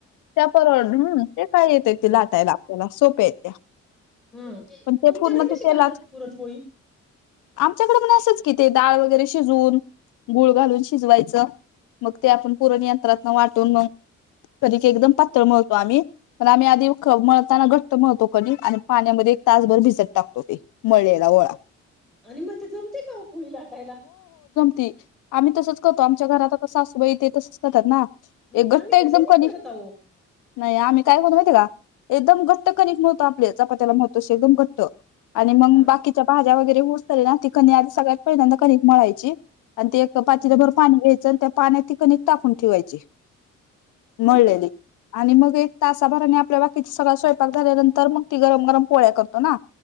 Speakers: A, on the left; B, in the centre.
A: <unintelligible> ते काय येताय
B: हम्म.
A: ते लाटायला आपल्याला सोपे आहे त्या.
B: हम्म.
A: पण ते
B: तुमच्याकडे
A: पूर्ण तिथं
B: कशी करतात
A: लाग
B: पुरणपोळी
A: आमच्याकडे पण असंच की ते दाळ वगैरे शिजवून गुळ घालून शिजवायचं मग ते आपण पुराण यंत्रातनं वाटून मगं एकदम पातळ मळू आम्ही पण आम्ही आधी मळताना घट्ट मळतो कणिक आणि पाण्यामध्ये एक तासभर भिजत टाकतो ते मळलेला गोळा.
B: आणि मग ते जमतं का हो पोळी लाटायला?
A: ति आम्ही तसंच करतो आमच्या घरात आता सासू होय ते तसंच करतात ना?
B: नाही
A: एक घट्ट
B: आम्ही
A: एकदम
B: तसं नाही
A: कणी
B: करत आहो.
A: नाही आम्ही काय करतो माहिती आहे का. एकदम घट्ट कणिक मळतो आपली चपात्याला मळतोशी. एकदम घट्ट आणि मंग
B: हा
A: बाकीच्या भाज्या वगै ते ऊसतल ना ती कणी आधी सगळ्यात पहिल्यांदा कणीक मळायची. अन ते एक पातीलभर
B: हम्म.
A: पाणी घ्याय चल त्या पाण्यात ती कणीक टाकुन ठेवायची मळलेली
B: हो का
A: आणि मग एक तासाभराने आपल्याला ईच सगळा स्वयंपाक झाल्यानंतर तर मग ती गरम गरम पोळ्या करतो ना.